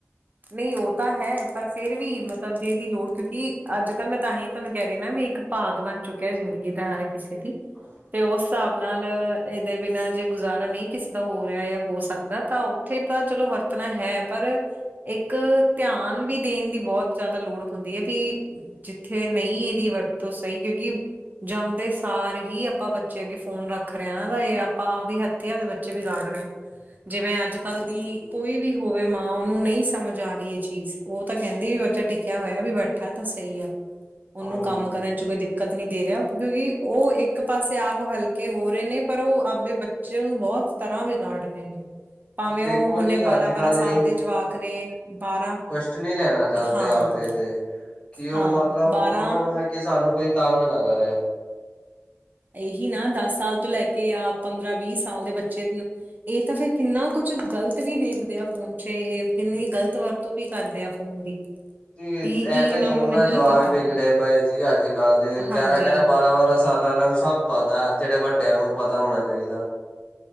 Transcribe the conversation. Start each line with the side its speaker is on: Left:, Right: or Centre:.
Right: ਨਈ ਉਹ ਤਾਂ ਹੈ ਪਰ ਫੇਰ ਵੀ ਮਤਲਬ ਜੇ ਇਹਦੀ ਲੋੜ ਕਿਉਂਕਿ ਅੱਜ ਕੱਲ ਮੈਂ ਤਾਂਹੀ ਤੁਹਾਨੂੰ ਕਹਿ ਰਹੀ ਨਾ ਵੀ ਇੱਕ ਭਾਗ ਬਣ ਚੁੱਕਾ ਕਾ ਜ਼ਿੰਦਗੀ ਦਾ ਹਰ ਕਿਸੇ ਦੀ
Left: <inaudible>
Right: ਤੇ ਉਸ ਸਾਬ ਨਾਲ ਇਹਦੇ ਬਿਨਾਂ ਜੇ ਗੁਜ਼ਾਰਾ ਨਹੀਂ ਕਿਸੇ ਦਾ ਹੋ ਰਿਹਾ ਜਾਂ ਹੋ ਸਕਦਾ ਤਾਂ ਉੱਥੇ ਤਾਂ ਚਲੋ ਵਰ ਆਪਣਾ ਹੈ ਪਰ ਇੱਕ ਧਿਆਨ ਵੀ ਦੇਣ ਦੀ ਬਹੁਤ ਜਿਆਦਾ ਲੋੜ ਹੁੰਦੀ ਐ ਵੀ ਜਿੱਥੇ ਨਈ ਇਹਦੀ ਵਰਤੋਂ ਸਹੀ ਕਿਉਂਕਿ ਜੰਮਦੇ ਸਾਰ ਹੀ ਆਪਾਂ ਬੱਚੇ ਅੱਗੇ ਫੋਨ ਰੱਖ ਰਹੇ ਆ ਨਾ ਤਾਂ ਇਹ ਆਪਾਂ ਆਪਦੇ ਹੱ ਦੀ ਆਪਦੇ ਬੱਚੇ ਵਿਗਾੜ ਰਹੇ ਆ ਜਿਵੇਂ ਅੱਜ ਅੱਜ ਕੱਲ
Left: ਬਿਲਕੁਲ
Right: ਦੀ
Left: ਜੀ।
Right: ਕੋਈ ਵੀ ਹੋਵੇ ਮਾਂ ਉਹਨੂੰ ਨਹੀਂ ਸਮਝ ਆ ਰਹੀ ਏਹ ਚੀਜ਼ ਉਹ ਤਾਂ ਕਹਿੰਦੀ ਵੀ ਬੱਚਾ ਟਿਕਿਆ ਹੋਇਆ ਵੀ ਬੈਠਾ ਤਾਂ ਸਹੀ ਆ ਉਹਨੂੰ
Left: ਹਾਂਜੀ
Right: ਕੰਮ ਕਰਨ ਚ ਕੋਈ ਦਿੱਕਤ ਨੀ ਦੇ ਰਿਹਾ ਕਿਉਂਕਿ ਉਹ ਇੱਕ ਪਾਸੇ ਆਪ ਹਲਕੇ ਹੋ ਰਹੇ ਨੇ ਪਰ ਉਹ ਆਪਦੇ ਬੱ ਬੱਚੇ ਨੂੰ ਬਹੁਤ ਤਰ੍ਹਾਂ ਵਿਗਾੜ ਰਹੇ ਨੇ। ਭਾਵੇਂ
Left: ਦੇਖੋ
Right: ਉਹ ਹੁਣੇ
Left: ਜੀ
Right: ਬਾਰਾਂ-ਬਾਰਾਂ
Left: ਅੱਜ ਕੱਲ
Right: ਸਾਲ ਦੇ ਜਵਾਕ ਨੇ, ਬਾਰਾਂ
Left: ਕਝ ਨ੍ਹੀਂ ਲੈਣਾ ਚਾਹੁੰਦੇ
Right: ਹਾਂ
Left: ਆਵਦੇ ਤੇ ਕਿ ਉਹ
Right: ਹਾਂ
Left: ਮਤਲਬ ਉਹਨਾਂ
Right: ਬਾਰਾਂ
Left: ਨੂੰ ਕਿ ਸਾਨੂੰ ਕੋਈ ਤੰਗ ਨਾ ਕਰੇ।
Right: ਏਹੀ ਨਾ ਦਸ ਸਾਲ ਤੋਂ ਲੈ ਕੇ ਆਪ ਪੰਦਰਾਂ ਵੀਹ ਸਾਲ ਦੇ ਬੱਚੇ ਏਹ ਤਾਂ ਫੇਰ ਕਿੰਨਾ ਕੁਛ ਕੁਛ ਗਲਤ ਵੀ ਦੇਖਦੇ ਆ ਫੋਨ ਚ ਏ ਕਿੰਨੀ ਗ਼ਲਤ ਵਰਤੋਂ ਵੀ ਕਰਦੇ ਆ ਫੋਨ ਦੀ
Left: ਤੇ
Right: ਕੀ ਕੀ
Left: ਐਵੇਂ
Right: ਇਹਨਾਂ
Left: ਥੋੜੋਂ
Right: ਨੂੰ ਨਹੀਂ
Left: ਨਾ ਜਵਾਕ
Right: ਪਤਾ
Left: ਵਿਗੜੇ ਪਏ ਜੀ ਅੱਜ ਕੱਲ ਦੇ
Right: ਹਾਂਜੀ
Left: ਗਿਆਰਾਂ-ਗਿਆਰਾਂ ਬਾਰਾਂ-ਬਾਰਾਂ ਸਾਲਾਂ ਆਲਿਆਂ ਨੂੰ ਸਭ ਪਤਾ ਜਿਹੜੇ ਵੱਡਿਆਂ ਨੂੰ ਪਤਾ ਹੋਣਾ ਚਾਹੀਦਾ।